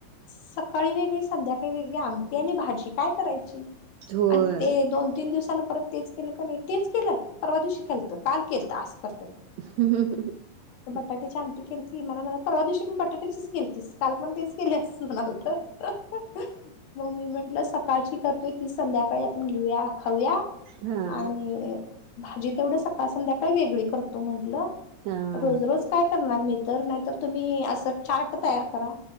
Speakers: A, on the left; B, on the right.
A: सकाळी वेगळी, संध्याकाळी काही वेगळी आमटी आणि भाजी काय करायची.
B: होय.
A: आणि ते दोन तीन दिवसान परत तेच केलं का नाही. तेच केलं? परवा दिवशी केलतं, काल केलतं, आज करत
B: हम्म ह
A: बटाटेची आमटी केलती. मला म्हणला परवा दिवशी पण बटाटेची केलतीस काल पण तेच केल्यास म्हणालतं ममी म्हंटलं कलची करतोय ती संध्याकाळी आपण घेऊया खाऊया.
B: हां.
A: आणि भाजी तेवढं सकाळ संध्याकाळी वेगळी करतो म्हंटलं रोज
B: हां.
A: रोज काय करणार मी तर, नाहीतर तुम्ही असं चार्ट तयार करा